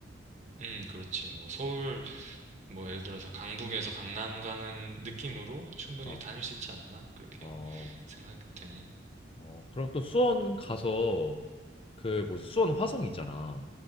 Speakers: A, on the right; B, on the left.
A: 음, 그렇지. 뭐 서울, 뭐 예를 들어서 강북에서 강남 가는 느낌으로 충분히
B: 어,
A: 다닐 수 있지 않나? 그렇게
B: 어,
A: 생각이 되네.
B: 어. 그럼 또 수원 가서 그 뭐지 수원 화성 있잖아.